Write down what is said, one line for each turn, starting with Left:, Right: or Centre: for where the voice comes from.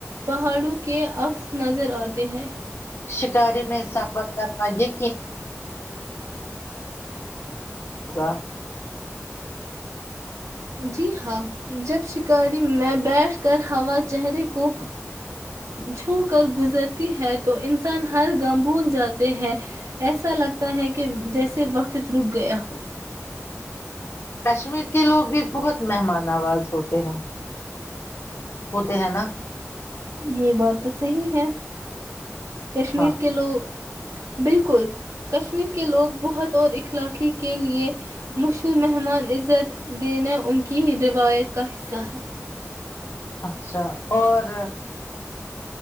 Right: پہاڑوں کے عکس نظر آتے ہیں
Left: شکاری میں سفر کرنا یہ <unintelligible>
Right: جی ہاں جب شکاری میں بیٹھ کر ہوا چہرے کو چھو کر گزرتی ہے تو انسان ہر گاہ بھول جاتے ہیں ایسا لگتا ہے کہ جیسے وقت رک گیا ہو
Left: کشمیر کے لوگ بھی بہت مہمان آواز ہوتے ہیں ہوتے ہیں نا
Right: یہ بات تو صحیح ہے کشمیر
Left: ہاں
Right: کے لوگ بالکل کشمیر کے لوگ بہت اور اخلاقی کے لیئے مشہور مہمان عزت دینا ان کی روایت کا حصہ ہے
Left: اچھا اور